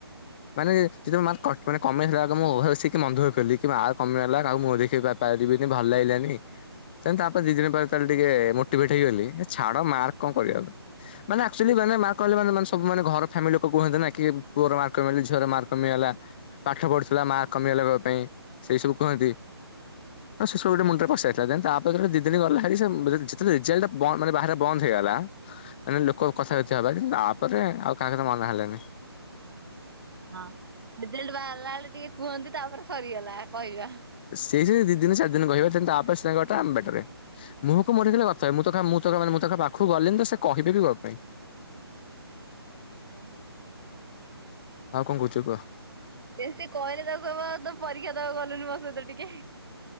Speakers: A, on the left; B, on the right.
A: ମାନେ। କିନ୍ତୁ ମାର୍କ କଟ ମାନେ କମେଇହେଲା ଆଗ ମୁଁ ଭାବିଚି କି ମନ୍ଦିରରୁ ଫେରିଲି କିମ୍ୱା ଆର୍ କମେଇଲା କାକୁ ମୁଁହ ଦେଖେଇ ପାରିବିନି, ଭଲ ଲାଗିଲାନି। ସେ ତାପରେ ଦି ଦିନ ପରେ ତାହେଲେ ଟିକେ ମୋଟିଭେଟ ହେଇଗଲି। ଛାଡ ମାର୍କ କଣ କରିବା। ମାନେ ଆକଚୁଲି ମାନେ ମାର୍କ କମିଗଲେ ମାନେ ସବୁ ମାନେ ଘର ଫେମିଲି ଉପରକୁ <unintelligible> କି ପୁଅ ର ମାର୍କ କମି, ଝିଅର ମାର୍କ କମିଗଲା, ପାଠ ପଢୁଥିଲା ମା କମିବା ଲଗବା ପାଇଁ ସେଇ ସବୁ କୁହନ୍ତି, ଅ ସେ ସବୁ ଗୋଟେ ମୁଣ୍ଡରେ ପସାଇ ତାପର ଦିନ ଦି ଦିନ ଗଲାଣି ସେ ମ <unintelligible> ବନ୍ଦ ମାନେ ବାହାରେ ବନ୍ଦ ହେଇଗଲା। ମାନେ ଲୋକ କଥା <inaudible> ଲା, କିନ୍ତୁ ତାପରେ ଆଉ କାହା ସହିତ ମନ ହେଲେନି।
B: ହଁ ହଁ, ରିଜଲ୍ଟ ବାହାରିଲା ବେଳେ ଟିକେ କୁହନ୍ତି ତାପରେ ସରିଗଲା। କହିବା।
A: ଯ ଦି ଦିନ ଚାରି ଦିନ କହିବେ ଦେନ୍ ତାପରେ ସିଏ ତାଙ୍କ ବାଟରେ ଆମ ବାଟରେ ମୁହକୁ ମୋଡ଼ିଦେଲେ ପ୍ରଥମେ ମୁଁତ କାହା ମୁଁ ତାନେ ମୁଁ ତଖ ପାଖକୁ ଗଲିଣିି ତ ସେ କହିବେ ବି କଣ ପାଇଁ।
B: ବା
A: ଆଉ କଣ କହୁଛୁ କହ
B: ବେଶୀ କହିଲେ ତାକୁ କହିବ ତୁ ପରୀକ୍ଷା ଦବାକୁ ଗଲୁନି ମୋ ସହିତ ଟିକେ।